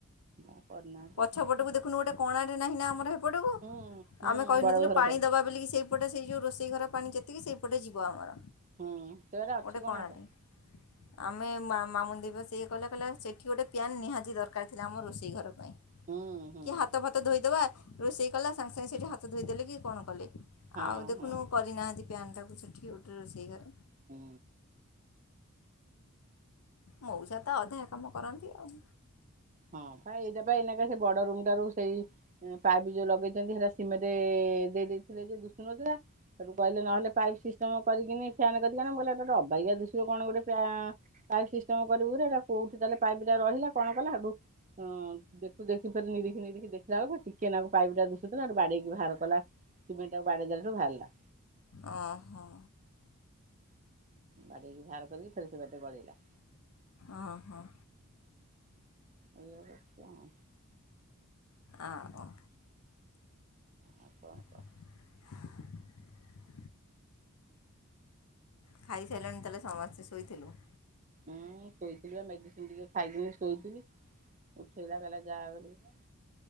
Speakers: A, on the right; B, on the left.
A: ଆଉ କରିନାହାନ୍ତି
B: ପଛପଟକୁ
A: ଆଉ
B: ଦେଖୁନୁ ଗୋଟେ କଣାଟେ ନାହିଁ ନା ଆମର ହେପଟକୁ
A: ହୁଁ ହୁଁ
B: ଆମେ କହିନଥିଲୁ
A: ବଡ ଘର
B: ପାଣି
A: କର
B: ଦବା ବୋଲିକି ସେଇ ସେପଟେ ସେଇ ଯୋଉ ରୋଷେଇ ଘର ପାଣି ଯେତିକି ସେଇପଟେ ଯିବ ଆମର
A: ହୁଁ ସେଗୁରା ଅଛି
B: ଗୋଟେ
A: କଣାଟା
B: କଣାଟେ। ଆମେ ମାମୁନି ଦେଇ ବା ସେୟା କହିଲା ସେଠି ଗୋଟେ ପ୍ୟାାନ ନିହାତି ଦରକାର ଥିଲା, ଆମ ରୋଷେଇ ଘର ପାଈଁ
A: ହୁଁ ହୁଁ।
B: କିଏ ହାତ ଫାତ ଧୋଇଦବା ରୋଷେଇ କଲା ସାଙ୍ଗେ ସାଙ୍ଗେ ସେଇଠି ହାତ ଧୋଇଦେଲି କି କଣ କଲି
A: ହଁ
B: ଆଉ ଦେଖୁନୁ
A: ହଁ ହୁଁ
B: କରିନାହାନ୍ତି ପ୍ୟାନ ଟାକୁ ସେଠି। ଉଠି ଉଠି ରୋଷେଇ କରେ।
A: ହୁଁ।
B: ମୋଉସା ତ ଅଧା କାମ କରନ୍ତି ଆଉ।
A: ହଁ ପା ଏଇଟା ବା ଏଇନା ବା ସେ ବଡ ରୁମ ଟାରୁ ସେଇ ପାଇପ୍ ଯୋଉ ଲଗେଇଛନ୍ତି ହେରା ସିମେଣ୍ଟ ଦେଇ ଦେଇଥିଲେ ଯେ ଦିଶୁନଥିଲା। ସେଇଠୁ କହିଲେ ନହଲେ ପାଇପି ସିଷ୍ଟମ୍ କରିକି ନି ପ୍ୟାନ କରିବା ମୁଁ କହିଲି ଗୋଟେ ଅବାଗିଆ ଦିଶିବ କଣ ଗୋଟେ ପ୍ୟା ପାଇପ୍ ସିଷ୍ଟମ କରିବୁରେ କୋଉଠି ତାହେଲେ ପାଇପ୍ ଟା ରହିଲା କଣ କଲା ଆଗକୁ ହଁ ଦେଖୁ ଦେଖୁ ଫେରେ ନିରିଖି ନୀରିଖି ଦେଖିଲା ବେଳକୁ ଟିକେ ନାକୁ ପାଇପଟା ଦିଶୁଥିଲା ବାଡେଇକି ବାହାର କଲା। ସିମେଣ୍ଟ ଟାକୁ ବାଡେଇଦେଲା ରୁ ବାହାରିଲା।
B: ଅ ହଁ।
A: ବାଡ଼େଇକି ବାହାର କରିକି ଫେରେ ସେ ବାଟେ ଗଳେଇଲା।
B: ଅଁ ହଁ।
A: ଏଇଆକୁ ହେଲା।
B: ଆଁ ଓ।
A: ଆଉ କଣ କହ
B: <inaudible> ଖାଇସାଇଲଣି ତାହେଲେ ସମସ୍ତେ, ଶୋଇଥିଲୁ।
A: ହୁଁ ଶୋଇଥିଲି ପା ମେଡିସିନ ଟିକେ ଖାଇକିନି ଶୋଇଥିଲି। ଉଠେଇଲା କହିଲା ଯା ବୋଲିକିନା।